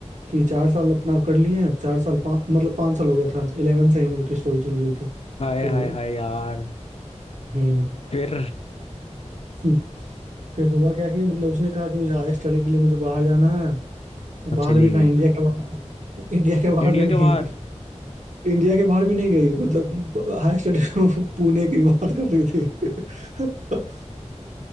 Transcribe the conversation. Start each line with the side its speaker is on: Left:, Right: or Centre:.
Right: कि चार साल अपना कर लिए हैं चार साल पाँच मतलब पाँच साल हो गया था इलेवन से ही हम लोग की स्टोरी चल रही थी
Left: हाय
Right: तो
Left: हाय हाय यार
Right: हम्म
Left: फिर
Right: हम्म, फिर हुआ क्या कि मतलब उसने कहा कि मुझे हायर स्टडी के लिए मुझे बाहर जाना है बाहर
Left: चली
Right: भी कहाँ
Left: गई
Right: इंडिया के बाहर इंडिया के बाहर
Left: इंडिया
Right: भी नहीं
Left: के बाहर
Right: इंडिया के बाहर भी नहीं गई मतलब हायर स्टडी पुणे की बात कर रही थी <laughs>